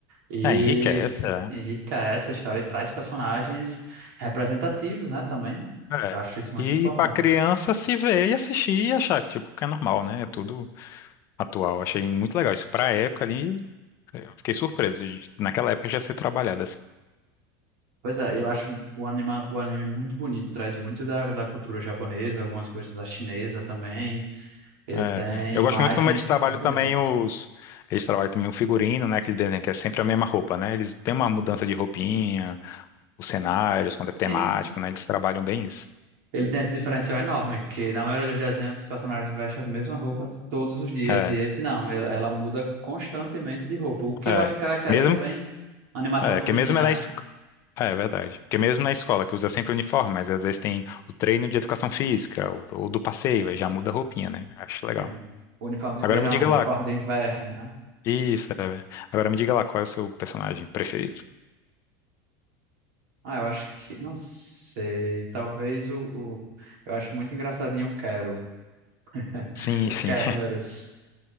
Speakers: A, on the right (about 65°); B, on the left (about 30°).
A: E
B: É, enriquece, é.
A: enriquece a história e traz personagens representativos, né, também.
B: É.
A: Eu acho isso muito
B: E
A: importante.
B: para criança se ver e assistir e achar que, tipo, que é normal, né? É tudo atual. Achei muito legal. Isso para a época ali, eu fiquei surpreso de, naquela época já ser trabalhado assim.
A: Pois é, eu acho o anime, o anime muito bonito, traz muito da, da cultura japonesa, algumas coisas da chinesa também. Ele
B: É,
A: tem
B: eu
A: imagens
B: gosto muito como eles trabalham
A: muito bonitas.
B: também os. Eles trabalham também o figurino, né? Aquele desenho que é sempre a mesma roupa, né? Eles têm uma mudança de roupinha, os cenários, quando é temático,
A: Sim.
B: né? Eles trabalham bem isso.
A: Ele tem esse diferencial enorme, que na maioria dos desenhos os personagens vestem as mesmas roupas todos os dias,
B: É,
A: e esse não, ela, ela muda constantemente de roupa, o que
B: é.
A: eu acho que caracteriza
B: Mesmo,
A: bem a animação
B: é,
A: feminina,
B: que mesmo é na,
A: né?
B: es- é, é verdade. Porque mesmo na escola, que usa sempre uniforme, mas às vezes tem o treino de educação física, ou, ou do passeio, aí já muda a roupinha, né? Acho legal.
A: Sim. Uniforme de
B: Agora
A: verão,
B: me diga
A: uniforme
B: lá.
A: de inverno, né?
B: Isso, é. Agora me diga lá qual é o seu personagem preferido.
A: Ah, eu acho que, não sei, talvez o, o- eu acho muito engraçadinho o Quero, <laughs>
B: Sim,
A: o
B: sim.
A: Kerberos.